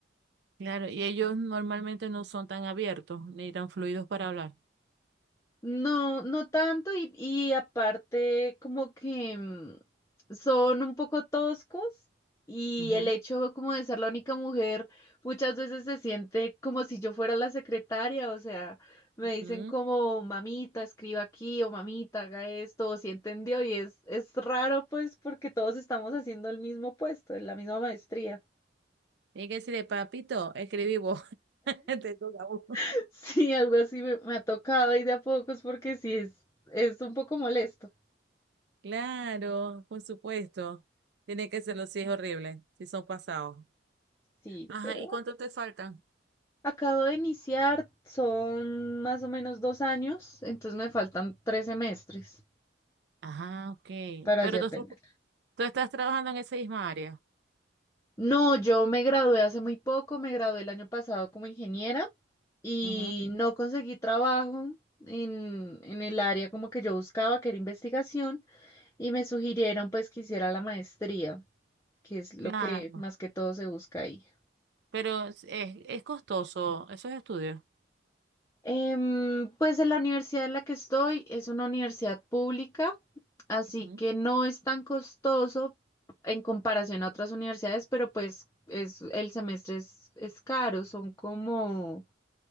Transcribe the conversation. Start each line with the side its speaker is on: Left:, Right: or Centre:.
Right: Claro, y ellos normalmente no son tan abiertos ni tan fluidos para hablar.
Left: No, no tanto y, y aparte como que mm, son un poco toscos y
Right: Ujú,
Left: el hecho como de ser la única mujer muchas veces se siente como si yo fuera la secretaria, o sea, me
Right: Ujú.
Left: dicen como mamita, escriba aquí o mamita, haga esto, o si entendió y es, es raro pues porque todos estamos haciendo el mismo puesto, la misma maestría.
Right: Tiene que decirle, papito, escribí vos. <laughs> Te toca a vos.
Left: <laughs> Sí, algo así me, me ha tocado y de a pocos porque sí es, es un poco molesto.
Right: Claro, por supuesto. Tiene que serlo si es horrible, si son pasados.
Left: Sí,
Right: Ajá,
Left: pero...
Right: ¿y cuánto te faltan?
Left: Acabo de iniciar, son más o menos dos años, entonces me faltan tres semestres
Right: Ajá, ok.
Left: para
Right: Pero
Left: ya
Right: tú,
Left: tenerla.
Right: estás- tú estás trabajando en esa misma área.
Left: No, yo me gradué hace muy poco, me gradué el año pasado como ingeniera y
Right: Ujú,
Left: no conseguí trabajo en, en el área como que yo buscaba, que era investigación, y me sugirieron pues que hiciera la maestría, que es lo
Right: Claro.
Left: que más que todo se busca ahí.
Right: Pero es, es es costoso esos estudios.
Left: Em, pues en la universidad en la que estoy es una universidad pública, así
Right: ujú.
Left: que no es tan costoso en comparación a otras universidades, pero pues es, el semestre es, es caro, son como,